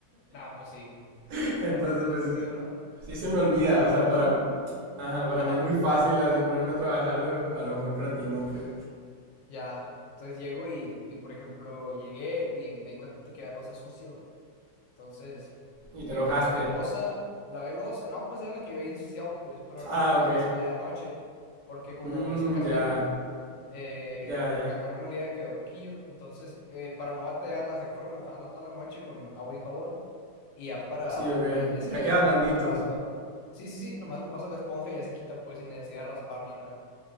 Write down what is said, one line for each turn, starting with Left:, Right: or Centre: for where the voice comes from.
Left: no, pues sí,
Right: <laughs> Entonces,
Left: no, pues sí tiene
Right: pues
Left: sentido,
Right: sí,
Left: ¿no?
Right: sí se me olvida,
Left: Entonces, por
Right: o sea,
Left: ejemplo,
Right: para ajá, para
Left: ajá.
Right: mí es muy fácil así ponerme a trabajar, pero a lo mejor para ti no, pues.
Left: Ya, entonces llego y, y, por ejemplo, llegué y me di cuenta que había loza sucia, güey. Entonces,
Right: Y
Left: eh,
Right: te enojaste.
Left: lavé loza, lavé loza. No, pues era la que yo había ensuciado, pues, pero
Right: Ah,
Left: dejé
Right: ok.
Left: la cazuela de anoche, porque como
Right: Mm,
Left: hice carne,
Right: ya,
Left: eh,
Right: ya, ya.
Left: con la carne molida quedó poquillo. Entonces, eh, para no batallar, las dejo remojando toda la noche con agua y jabón. Y ya para,
Right: Sí, ok.
Left: para el día siguiente
Right: Ya queda blandito.
Left: nomás le paso, sí, sí, sí, nomás le paso la esponja y ya se quita, pues, sin necesidad de raspar ni nada.